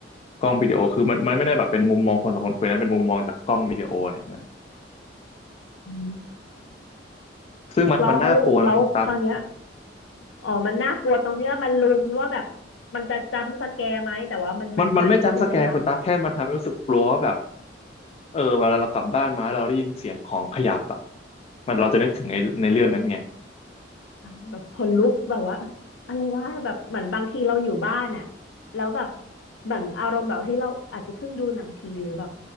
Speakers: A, on the left; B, on the left.
A: กล้องวิดีโอคือมันมันไม่ได้แบบเป็นมุมมองคนสองคนคุยนะเป็นมุมมองจากกล้องวิดีโออะไรเงี้ย
B: อืม
A: ซึ่งมันมันน่ากลัวนะคุณตั๊ก
B: แล้วแล้วคราวเนี้ย อ๋อมันน่ากลัวตรงที่ว่ามันลุ้นว่าแบบมันจะจัมป์สแกร์ไหมแต่ว่ามันมันไม่ใช่ไหมคะ
A: มันมันไม่จำสแกนคุณตั๊กแค่มันทำให้รู้สึกกลัวว่าแบบเออเวลาเรากลับบ้านมาแล้วเราได้ยินเสียงของขยับอ่ะมันเราจะนึกถึงในในเรื่องนั้นไง
B: อ่าแบบขนลุกแบบว่าเอ๊ะอะไรวะแบบเหมือนบางทีเราอยู่บ้านอ่ะแล้วแบบเหมือนอารมณ์แบบที่เราอาจจะเพิ่งดูหนังผีหรือแบบ